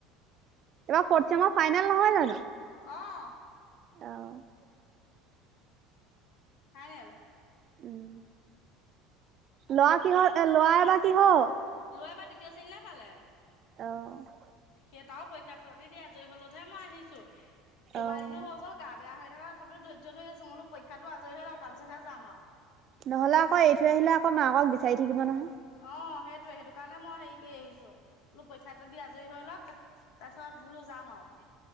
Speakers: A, on the right; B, on the left.
A: এইবাৰ ফ'ৰ্ড চেমৰ ফাইনেল নহয় জানোঁ।
B: অ',
A: অ',
B: ফাইনেল।
A: উম ল'ৰা কিহত এই ল'ৰা এইবাৰ কিহত?
B: ল'ৰা এবাৰ তৃতীয় শ্ৰেণীলৈ পালে।
A: অ'।
B: সেই তাৰো পৰীক্ষা পাতি দিয় আজৰি হ'লতহে মই আহিছোঁ। কেইবাদিনো
A: অ
B: হৈ গ'ল গা--! বেয়া হৈ থকা তথাপিও ধৈৰ্য ধৰি আছোঁ। মই বোলো পৰীক্ষাতো আজৰি হৈ লওঁক তাৰ পিছতহে যাম আও।
A: নহ'লে আকৌ এৰি থৈ আহিলে আকৌ মাকক বিচাৰি থাকিব নহয়।
B: অ', সেইটোয়ে, সেইটো কাৰণে মই হেৰি কৰি আহিছো, বোলো পৰীক্ষাটো দি আজৰি হৈ লওঁক। তা-তাৰপিছত বোলো যাম আৰু।